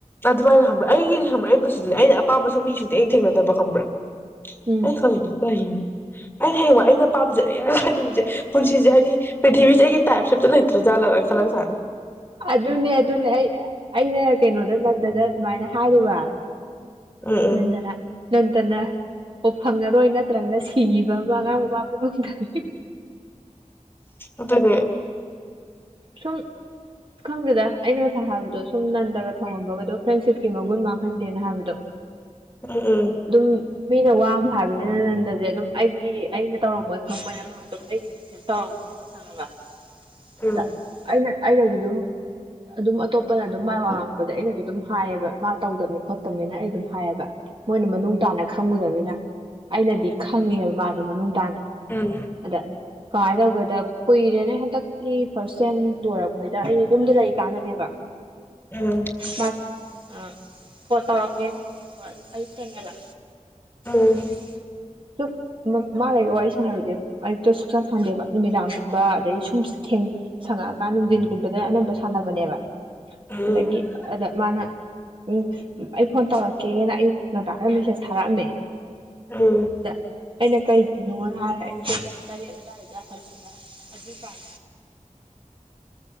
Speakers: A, on the left; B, on the right.
A: ꯑꯗꯨꯃꯥꯏꯅ ꯈꯪꯕ꯭ꯔꯥ ꯑꯩꯒꯤꯗꯤ ꯈꯪꯕ꯭ꯔꯥ ꯑꯩ ꯄꯨꯟꯁꯤꯗꯗꯤ ꯑꯩꯅ ꯑꯄꯥꯝꯕ ꯃꯤꯁꯨ ꯑꯩꯅ ꯊꯦꯡꯅꯗꯕ ꯈꯪꯕ꯭ꯔꯥ
B: ꯎꯝ
A: ꯑꯩ ꯈꯜꯂꯤꯅꯤ ꯀꯩꯅꯣ ꯑꯩꯅ ꯍꯌꯦꯡꯋꯥꯏ ꯑꯩꯅ ꯄꯥꯝꯖꯔꯦ ꯈꯟꯕ ꯃꯤꯁꯦ ꯄꯨꯟꯁꯤꯁꯦ ꯍꯥꯏꯗꯤ ꯄ꯭ꯔꯤꯊꯤꯕꯤꯁꯦ ꯑꯩꯒꯤ ꯇꯥꯏꯞꯁꯦ ꯑꯝꯇ ꯂꯩꯇ꯭ꯔꯥ ꯆꯥꯠꯂꯒ ꯈꯜꯂꯛ ꯆꯥꯠꯅꯤ
B: ꯑꯗꯨꯅꯦ ꯑꯗꯨꯅꯦ ꯑꯩ ꯑꯩꯅ ꯀꯩꯅꯣꯗ ꯅꯟꯗꯗ ꯑꯗꯨꯃꯥꯏꯅ ꯍꯥꯏꯔꯨꯕ
A: ꯎꯝ ꯎꯝ
B: ꯅꯟꯗꯅ ꯅꯟꯗꯅ ꯑꯣ ꯐꯪꯉꯔꯣꯏ ꯅꯠꯇ꯭ꯔꯒꯅ ꯁꯤꯈꯤꯕ ꯑꯃ ꯑꯉꯥꯡ ꯃꯃꯥ ꯄꯨꯛꯅꯨꯡꯗꯒꯤ
A: ꯑꯗꯨꯅꯦ
B: ꯁꯨꯝ ꯈꯪꯪꯗꯦꯗ ꯑꯩꯅ ꯉꯁꯥꯏ ꯍꯥꯏꯕꯗꯣ ꯁꯨꯝ ꯅꯟꯗꯒ ꯊꯣꯡꯉꯝꯕꯒꯗꯣ ꯐ꯭ꯔꯦꯟꯁꯤꯞꯀꯤ ꯃꯒꯨꯟ ꯃꯥꯡꯍꯟꯗꯦꯅ ꯍꯥꯏꯕꯗꯣ
A: ꯎꯝ ꯎꯝ
B: ꯑꯗꯨꯝ ꯃꯤꯅ ꯋꯥꯝꯃ ꯍꯥꯏꯕꯖꯤꯅ ꯅꯟꯗꯖꯦ ꯑꯗꯨꯝ ꯑꯩꯒꯤ ꯑꯩꯅ ꯇꯧꯔꯝꯃꯣꯏ ꯈꯪꯕꯅꯤꯅ ꯃꯥ ꯑꯗꯨꯝ ꯑꯩꯩ <inaudible> ꯁꯦꯕ ꯇꯧꯔꯝꯒꯅꯤꯕ ꯈꯪꯉꯕ
A: ꯎꯝ
B: ꯑꯗ ꯑꯩꯅ ꯑꯩꯩꯅꯖꯨ ꯑꯗꯨꯝ ꯑꯗꯨꯝ ꯑꯇꯣꯞꯄꯅ ꯑꯗꯨꯝ ꯃꯥꯏ ꯋꯥ ꯉꯥꯡꯉꯛꯄꯖꯦ ꯑꯩꯅꯖꯨ ꯑꯗꯨꯝ ꯍꯥꯏꯌꯦꯕ ꯃꯥ ꯇꯧꯗꯕꯅꯤ ꯈꯣꯠꯇꯕꯅꯤꯅ ꯑꯩ ꯑꯗꯨꯝ ꯍꯥꯏꯌꯦꯕ꯫ ꯃꯣꯏꯅ ꯃꯅꯨꯡ ꯇꯥꯅ ꯈꯪꯉꯨꯗꯕꯅꯤꯅ꯫ ꯑꯩꯅꯗꯤ ꯈꯪꯉꯦꯕ ꯃꯥꯗꯣ ꯃꯅꯨꯡ ꯇꯥꯅ
A: ꯎꯝ
B: ꯑꯗ ꯀꯃꯥꯏ ꯇꯧꯒꯦꯗ ꯀꯨꯏꯔꯦꯅꯦ ꯍꯟꯇꯛꯀꯤ ꯐꯥꯔꯁ ꯁꯦꯝ ꯂꯣꯏꯔꯛꯄꯩꯗ ꯑꯩꯅ ꯌꯨꯝꯗ ꯂꯩꯔꯤꯀꯥꯟꯗꯅꯦꯕ꯫
A: ꯎꯝ
B: ꯃꯥꯖꯦ ꯑ ꯐꯣꯟ ꯇꯧꯔꯛꯀꯦꯅ ꯍꯥꯏꯔꯛꯑꯦꯕꯀꯣ ꯑꯌꯨꯛꯇꯅꯦꯕ꯫
A: ꯎꯝ
B: ꯑꯗꯨ ꯁꯨꯝ ꯃꯥ-ꯃꯥꯒ ꯑꯩꯒ ꯋꯥꯔꯤ ꯁꯥꯟꯅꯕꯖꯦ ꯑꯌꯨꯛꯇ ꯁꯨꯛꯁꯥꯟ ꯁꯥꯟꯅꯗꯦꯕ ꯅꯨꯃꯤꯗꯥꯡꯒꯨꯝꯕ ꯑꯗꯗꯒꯤ ꯁꯨꯝ ꯊꯦꯡ ꯁꯪꯉꯛꯑꯀꯥꯟ ꯅꯨꯡꯗꯤꯟꯒꯨꯝꯕꯗ ꯑꯅꯝꯕ ꯁꯥꯟꯅꯕꯅꯦꯕ
A: ꯎꯝ ꯎꯝ
B: ꯑꯗꯒꯤ ꯑꯗ ꯃꯥꯅ ꯎꯝ ꯑꯩ ꯐꯣꯟ ꯇꯧꯔꯛꯀꯦꯅ ꯑꯌꯨꯛ ꯉꯟꯇꯥꯗ ꯃꯦꯁꯦꯁ ꯊꯥꯔꯛꯑꯝꯃꯦ꯫
A: ꯎꯝ
B: ꯗ ꯑꯩꯅ ꯀꯩꯒꯤꯅꯣ ꯍꯥꯏꯔ ꯑꯩ ꯇꯔꯦꯠ ꯑꯗꯥꯏꯗ ꯍꯜꯂꯒ ꯑꯗꯨ ꯀꯥꯟ